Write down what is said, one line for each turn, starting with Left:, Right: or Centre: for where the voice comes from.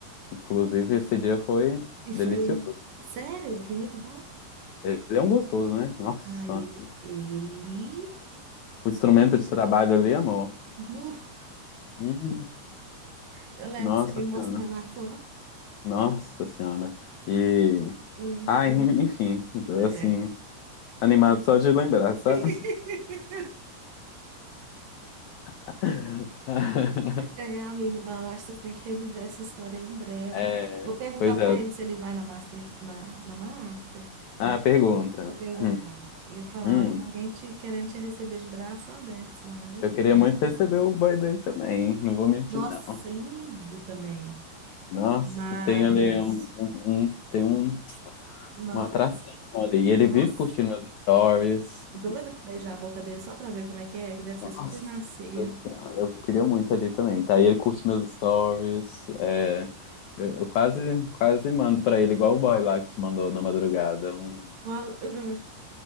Left: inclusive, esse dia foi
Right: E
Left: delicioso.
Right: foi, sério, foi muito bom.
Left: Ele é um gostoso, né? Nossa.
Right: Ah, ele, ele,
Left: O instrumento de trabalho ali, amor.
Right: nu,
Left: Hum,
Right: eu lembro
Left: nossa
Right: de você me
Left: senhora,
Right: mostrando a foto.
Left: nossa senhora. E,
Right: Hum,
Left: ai, enfim,
Right: é.
Left: assim, animado só de lembrar, sabe?
Right: <laughs>
Left: <laughs>
Right: É, amigo, não, eu acho que vocês têm que reviver essa história em breve.
Left: É,
Right: Vou perguntar
Left: pois é.
Right: para ele se ele vai na Master, na, na Master.
Left: Ah, pergunta.
Right: Vou perguntar.
Left: Hum,
Right: E eu falar,
Left: hum,
Right: ó, tem alguém te, querendo te receber de braços abertos lá, viu?
Left: eu queria muito receber o boy dele também, hein? não vou mentir,
Right: Nossa,
Left: não.
Right: lindo também.
Left: Nossa,
Right: Mas,
Left: tem ali um, um, um- tem um,
Right: não.
Left: uma atração ali. E ele
Right: Nossa,
Left: vive curtindo meus stories
Right: doida pra beijar a boca dele só pra ver como é que é, que deve ser
Left: Nossa,
Right: super macia.
Left: Senhora, eu queria muito ali também, tá? E ele curte meus stories, é, eu eu quase, quase mando pra ele, igual o boy lá que te mandou na madrugada. um-
Right: Qual... hum,